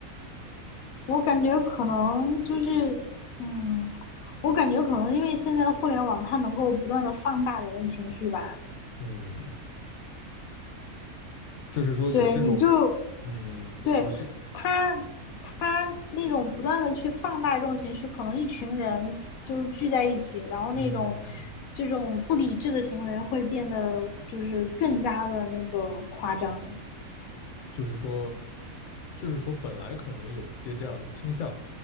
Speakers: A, on the left; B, on the left.
A: 我感觉可能就是嗯，我感觉可能因为现在的互联网，它能够不断的放大人的情绪吧。
B: 嗯，就是说有这种，
A: 对，你就
B: 嗯，
A: 对，
B: 有这，
A: 他他那种不断的去放大这种情绪，可能一群人就是聚在一起，然后那种
B: 嗯，
A: 这种不理智的行为会变得就是更加的那个夸张。
B: 就是说，就是说本来可能有一些这样的倾向。